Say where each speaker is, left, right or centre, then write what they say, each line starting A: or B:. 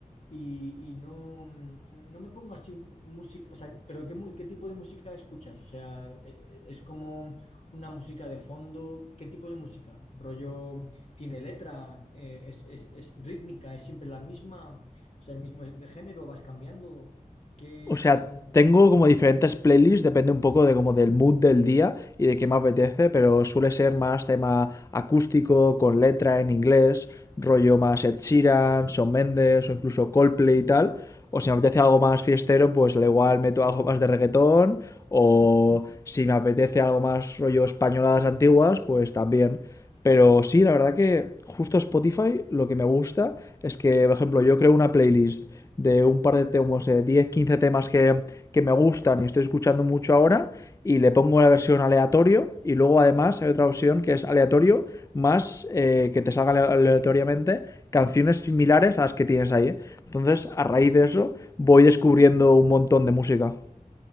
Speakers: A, on the left; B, on the left.
A: y, y no, mm, no me pongo así música. O sea, pero ¿qué, mu- qué tipo de música escuchas? O sea, eh, eh, ¿es como una música de fondo? ¿Qué tipo de música? ¿Rollo tiene letra? Eh, es, es- es rítmica? ¿Es siempre la misma? O sea, el mismo es de género, vas cambiando. ¿Qué.
B: O sea, tengo
A: mm,
B: como
A: mm,
B: diferentes playlists, depende un poco de como del mood del día y de qué me apetece, pero suele ser más tema acústico, con letra en inglés, rollo más Ed Sheeran, Shawn Mendes o incluso Coldplay
A: mm,
B: y tal. O si
A: mm,
B: me apetece algo más fiestero, pues al igual meto algo más de reggaetón. O si me apetece algo más rollo españoladas antiguas, pues también. Pero sí, la verdad que justo Spotify lo que me gusta es que, por ejemplo, yo creo una playlist de un par de temas, eh, 10 15 temas que, que me gustan y estoy escuchando mucho ahora, y le pongo la versión aleatorio, y luego además hay otra opción que es aleatorio, más eh, que te salgan aleatoriamente canciones similares a las que tienes ahí. ¿eh? Entonces, a raíz de eso, voy descubriendo un montón de música.